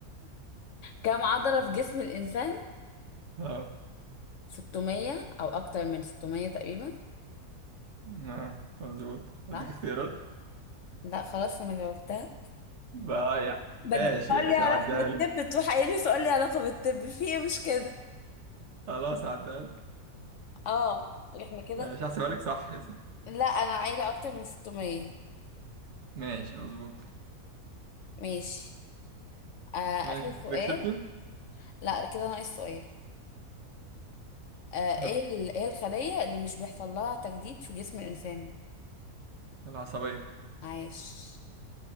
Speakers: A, on the left; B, on the right.
A: كم عضلة في جسم الإنسان
B: اه
A: 600 أو أكتر من 600 تقريبا
B: آه، مظبوط أديك
A: صح؟
B: اختيارات
A: لا خلاص أنا جاوبتها
B: بقى يعني
A: بدي
B: ماشي
A: سؤال
B: ماشي
A: لي علاقة
B: هعديها
A: بالطب
B: لك
A: تروح قايلي سؤال لي علاقة بالطب في إيه مش كده؟
B: خلاص هعديها لك
A: اه احنا كده
B: ماشي هحسبها لك صح يا سيدي
A: لا أنا عايلة أكتر من 600
B: ماشي مظبوط
A: ماشي آه
B: ماشي
A: آخر
B: أنت
A: سؤال
B: كده كسبتي
A: لا كده ناقص سؤال آه
B: هات
A: إيه ال... إيه الخلية اللي مش بيحصل لها تجديد في جسم الإنسان؟
B: العصبية
A: عايش